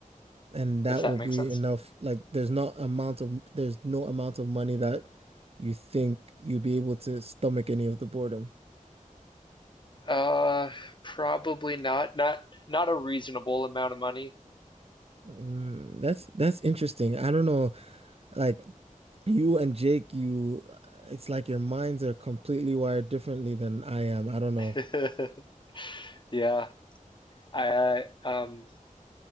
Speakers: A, on the right (about 45°); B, on the left (about 35°).
A: And that
B: if that
A: will
B: makes
A: be
B: sense.
A: enough. Like, there's not amount of, there's no amount of money that you think you'd be able to stomach any of the boredom.
B: Uh, probably not. Not not a reasonable amount of money.
A: Mm, that's that's interesting. I don't know. Like you and Jake, you it's like your minds are completely wired differently than I am. I don't know.
B: <laughs> Yeah. I um